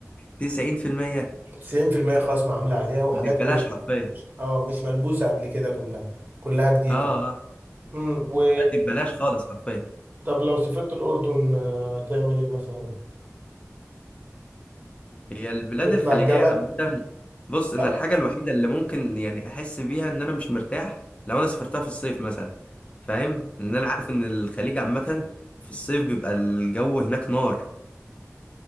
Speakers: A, on the left (about 25°); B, on the right (about 35°).
A: 90%
B: 90% خصم عامله عليها وحاجات
A: دي ببلاش
B: اوريجينال
A: حرفيا
B: اه مش ملبوسه قبل كده كلها كلها جديده
A: اه اه
B: امم و
A: لا، دي ببلاش خالص حرفيا
B: طب لو سافرت الأردن آه، تعمل ايه مثلا؟
A: هي البلاد
B: نطلع
A: الخليجية
B: الجبل
A: عامة بص انا
B: ايوه
A: الحاجة الوحيدة اللي ممكن يعني احس بيها ان انا مش مرتاح لو انا سافرتها في الصيف مثلا فاهم ان انا عارف ان الخليج عامة في الصيف بيبقى الجو هناك نار